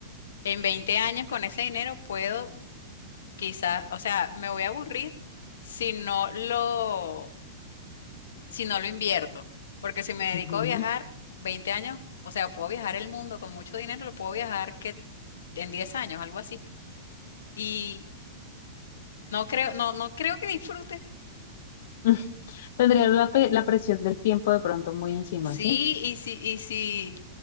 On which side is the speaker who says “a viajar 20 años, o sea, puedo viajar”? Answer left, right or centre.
Left